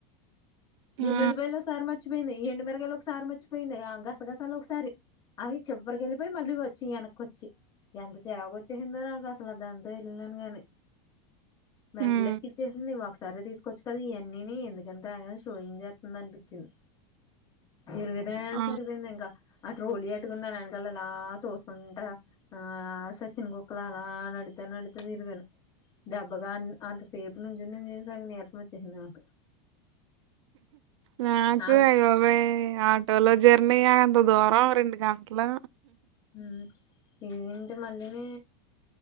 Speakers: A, on the right; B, on the left.
A: ఆ
B: ఎల్లులి పాయలుసారి మ మర్చిపోయింది ఎండు మిరగాయలు ఒకసారి మర్చిపోయింది గసగసాలు ఒకసారి అవి చివరికి వెళ్ళిపోయి మళ్ళీ వచ్చి వెనక్కిచ్చి ఎంత చిరాకు వచ్చేసిందో నాకు అసలు దాంతో వెళ్ళినాను గాని మెంటల్
A: హ్మ్
B: ఎక్కిచ్చేసింది ఒకసారి తీసుకు వచ్చు కదా ఇవన్నీని ఎందుకు ఇంత షోయింగు చేతది అనిపించింది. జరుగుతానయి
A: ఆ
B: సరిపోయింది ఇంకా ఆ ట్రోలీ అట్టుకొని దాని ఎనకల ఇలా తోసుకుంటా ఆ సచ్చిన కుక్క లా అలా న తిరుగుతానే ఉండుతుంది దెబ్బగా అంత సేపు నుంచుని చూసాను మ చేసింది నాకు
A: నాకు
B: ఆగ్
A: అయబాబోయ్ ఆటోలో జర్నీ యా అంత దూరం రెండు గంటలు
B: మ్ ఇవేంటి మల్లిని